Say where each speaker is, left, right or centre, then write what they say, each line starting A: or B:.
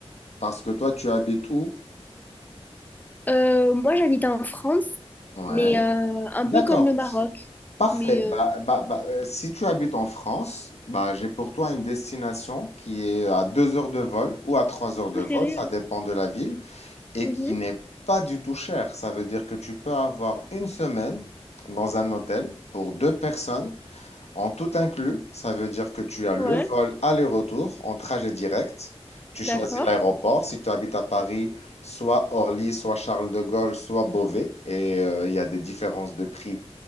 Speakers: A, on the left (about 85°); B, on the left (about 15°).
A: parce que toi, tu habites où?
B: Euh, moi, j'habite en France,
A: Ouais,
B: mais euh, un
A: d'accord.
B: peu comme le Maroc.
A: Parfait.
B: Mais
A: Bah,
B: euh,
A: bah, bah, euh, si tu habites en France, bah, j'ai pour toi une destination qui est à deux heures de vol ou à trois heures de
B: préféré.
A: vol, ça dépend de la ville, et
B: Mhm.
A: qui n'est pas du tout chère. Ça veut dire que tu peux avoir une semaine dans un hôtel pour deux personnes, en tout inclus. Ça veut dire que tu as le
B: Ouais,
A: vol aller-retour en trajet direct. Tu choisis
B: d'accord,
A: l'aéroport. Si tu habites à Paris, soit Orly, soit Charles de Gaulle, soit Beauvais, et euh, il y a des différences de prix